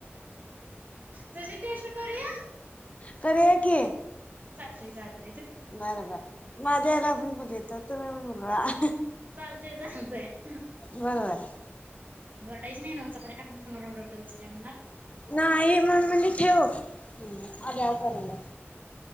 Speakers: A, on the right (about 40°); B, on the left (about 30°).
A: तुझी टेस्ट करूया?
B: करूया की
A: चालतय, चालतं
B: बर, बर माझ्या याला पण बोलावतो. तुम्ही पण बोलवा. <unintelligible>
A: चालतय चालतय <unintelligible>
B: बरोबर.
A: यायची नाही नव्ह चपात्या टाकून फोनवर बडबडत बसल्या म्हणनार.
B: नाही म्हणून मी म्हणलो ठेव आल्यावर करूया.